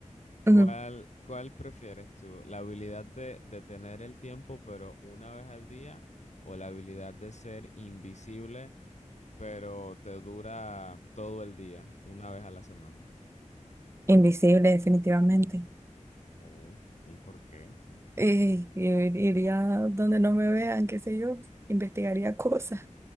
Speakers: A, on the left; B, on the right.
A: ¿cuál,
B: Ujú.
A: cuál prefieres tú? ¿La habilidad de detener el tiempo, pero una vez al día? ¿O la habilidad de ser invisible? pero te dura todo el día, una vez a la semana.
B: Invisible, definitivamente.
A: Oh, ¿Y por qué?
B: Eh, eh, iría donde no me vean, qué sé yo, investigaría <laughs> cosas.